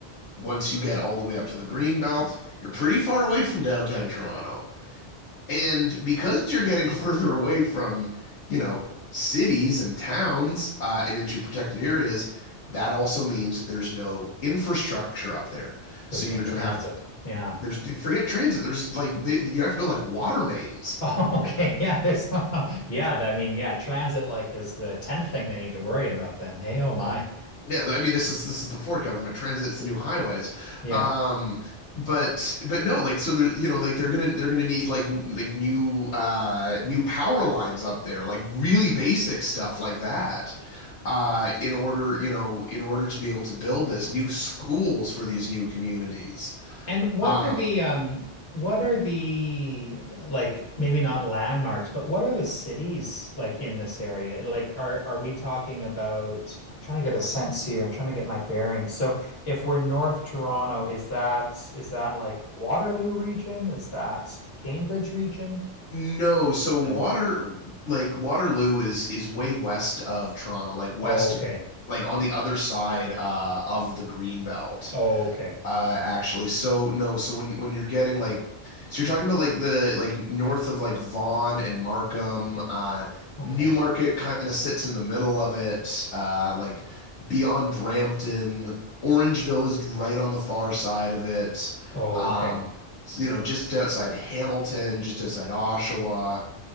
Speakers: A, on the left; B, on the left.
A: Once you get all the way up to the Green Belt, you're pretty far away from downtown Toronto. And because you're getting <laughs> further away from, you know, cities and towns uh, and into protected areas, that also means there's no infrastructure up there.
B: There's
A: So you're
B: no transit.
A: going to have to,
B: Yeah.
A: there's, forget transit, there's like, they, you have to build like water mains
B: Oh, <laughs> okay. Yeah, there's <laughs> yeah, I mean, yeah, transit like is the tenth thing they need to worry about then. Hey, oh my.
A: Yeah, I mean this is this is the Ford government. Transit's the new highways.
B: Yeah.
A: Um but but no, like so they're you know like they're gonna they're gonna need like n- like new uh new power lines up there, like really basic stuff like that. Uh in order, you know, in order to be able to build this new schools for these new communities.
B: And what
A: Um
B: are the um what are the like maybe not landmarks, but what are the cities like in this area? Like are are we talking about I'm trying to get a sense here. I'm trying to get my bearings. So if we're North Toronto, is that is that like Waterloo region? Is that Cambridge region?
A: no, so water
B: No.
A: like Waterloo is is way west of Toronto, like west
B: Oh, okay.
A: like on the other side uh of the Green Belt.
B: Oh, okay.
A: Uh, actually, so no, so when when you're getting like, so you're talking about like the like north of like Vaughan and Markham, uh,
B: Okay.
A: Newmarket kind of sits in the middle of it, uh, like beyond Brampton. Orangeville is right on the far side of it.
B: Oh,
A: Um,
B: Okay.
A: so, you know, just outside Hamilton, just outside Oshawa.